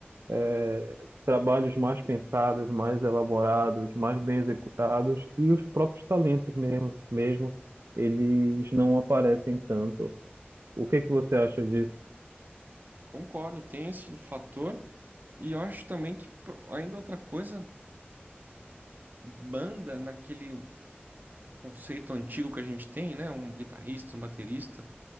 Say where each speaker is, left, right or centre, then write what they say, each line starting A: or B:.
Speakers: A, on the right (about 80°); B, on the right (about 50°).
A: é, trabalhos mais pensados, mais elaborados, mais bem executados e os próprios talentos mesmo, mesmo eles não aparecem tanto. O que é que você acha disso?
B: Concordo, tem esse fator. E eu acho também que pro- ainda outra coisa, banda naquele conceito antigo que a gente tem, né? Um guitarrista, um baterista,